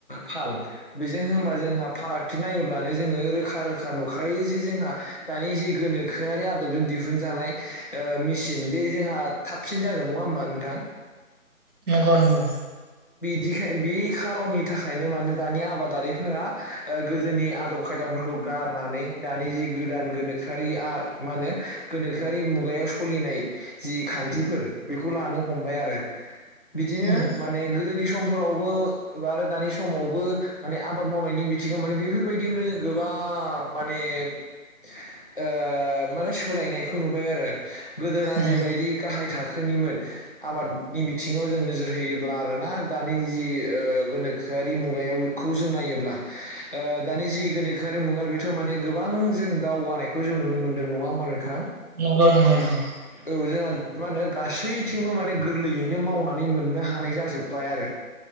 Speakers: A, on the left; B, on the right.
A: फाल बेजों होनबा जोंहा फारागथि नायोब्लानो जोङो रोखा रोखा नुखायो यो जे जोंहा दानि जे गोनोखोआरि आदबजों दिहुन दिहुनजानाय मेसिन बे जोंहा थाबसिन जागोन नङा होमबा नोंथां?
B: नंगौ नंगौ
A: बेखाय बे खारननि थाखायनो माने दानि आबादारिफोरा ओ गोदोनि आदब खायदाफोरखौ गारनानै दानि जि गोदान गोनोखोआरि आ मा होनो गोनोखोआरि मुगायाव सलिनाय जि खान्थिफोर बेखौ लानो हमबाय आरो बिदिनो
B: ओं
A: माने गो गोदोनि समफोरावबो आरो दानि समावबो माने आबाद मावनायनि बिथिङाव माने बेफोरबायदिखौनो जों गोबां माने ओ माने सोलायनाय खौ नुबाय आरो गोदोना
B: ओं
A: जिबायदि गाहाय थाखोनिमोन आबादनि बिथिङाव जों नोजोर होयोब्ला आरोना दानि जि ओ गोनोखोआरि मुगायावखौ जों नायोब्ला ओ दानि जि गोनोखोआरि मुगा बेथ' माने गोबां जों दावगानायखौ जों नुनो मोन्दों नङा होमबा नोंथां?
B: नंगौ नंगौ नंगौ
A: औ जोंहा मा होनो गासैथिंबो माने गोरलैयैनो मावनानै मोननो हानाय जाजोब्बाय आरो